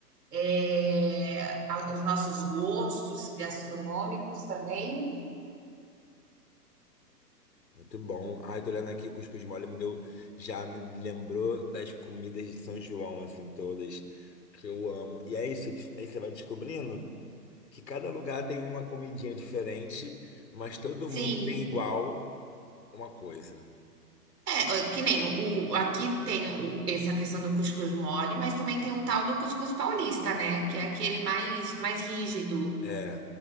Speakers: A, on the right; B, on the left.
A: eh, a os nossos gostos gastronômicos também.
B: Muito bom. Ai, tô olhando aqui, cuscuz mole me deu. Já me lembrou das comidas de São João, assim, todas. Que eu amo. E é isso, aí você vai descobrindo. que cada lugar tem uma comidinha diferente, mas todo
A: Sim.
B: mundo tem igual uma coisa.
A: É, que nem o aqui tem o essa questão do cuscuz mole, mas também tem o tal do cuscuz paulista, né, que é aquele mais mais rígido.
B: É,